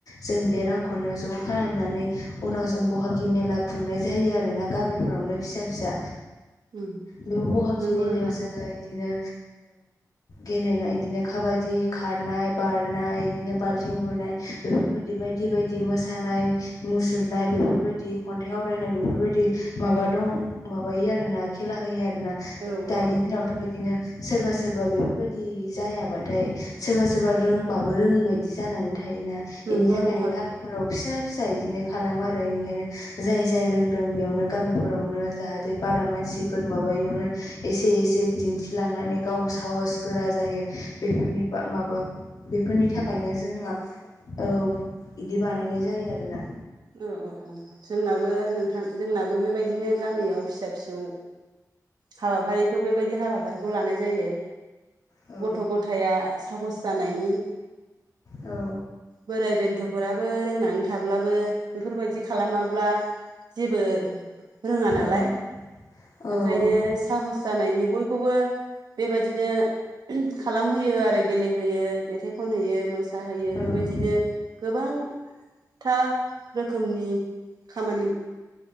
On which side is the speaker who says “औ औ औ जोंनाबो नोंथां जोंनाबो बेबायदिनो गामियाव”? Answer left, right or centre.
Right